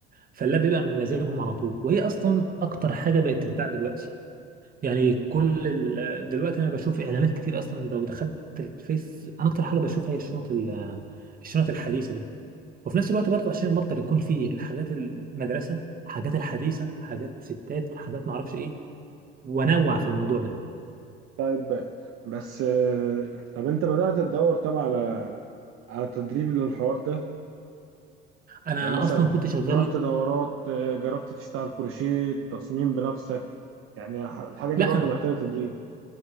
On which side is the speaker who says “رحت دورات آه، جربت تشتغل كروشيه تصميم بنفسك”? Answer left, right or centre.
Right